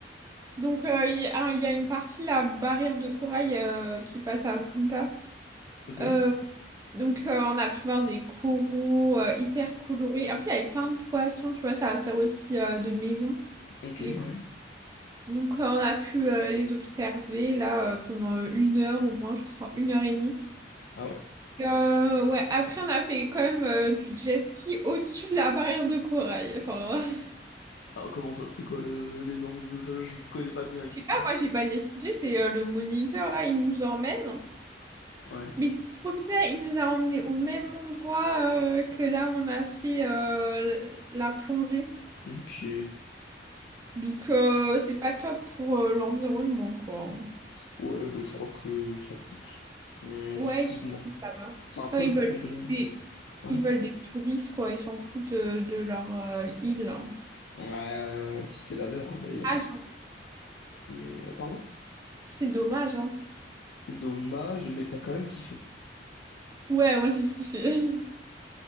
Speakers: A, on the right; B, on the left.
A: Donc, euh, il y a, il y a une partie de la barrière de corail euh, qui passe à Punta.
B: Ok.
A: Euh, donc, euh, on a pu voir des coraux euh, hyper colorés. En plus, il y avait plein de poissons, tu vois, ça sert aussi euh, de maison.
B: Ok,
A: Les
B: ouais.
A: Donc, euh, on a pu euh, les observer là euh, pendant euh, une heure au moins, je crois, une heure et demie.
B: Ah ouais?
A: Et, euh, ouais, après, on a fait quand même euh, du jet ski au-dessus de la barrière de corail. Enfin, <laughs>
B: Alors, comment ça? C'est quoi le... les enjeux? Enfin, je connais pas bien, excuse-moi.
A: là, moi, j'ai pas décidé, c'est euh, le moniteur là, il nous emmène.
B: Ouais.
A: Mais c'est trop bizarre, il nous a emmenés au même endroit euh, que là où on a fait euh, la plongée.
B: Ok.
A: Donc, euh, c'est pas top pour euh, l'environnement, quoi.
B: Ouais, bah, je crois qu'ils s'en foutent. Ouais,
A: Ouais,
B: effectivement.
A: ils sont tous là-bas.
B: C'est un peu
A: Genre, ils
B: le problème.
A: veulent juste des-
B: Ouais.
A: Ils veulent des touristes, quoi. Ils s'en foutent de, de leur euh, île. là.
B: Euh, si c'est la leur, hein, d'ailleurs.
A: Ah, genre,
B: Mais, euh, pardon?
A: C'est dommage, hein.
B: C'est dommage, mais t'as quand même kiffé.
A: Ouais, moi j'ai kiffé. <laughs>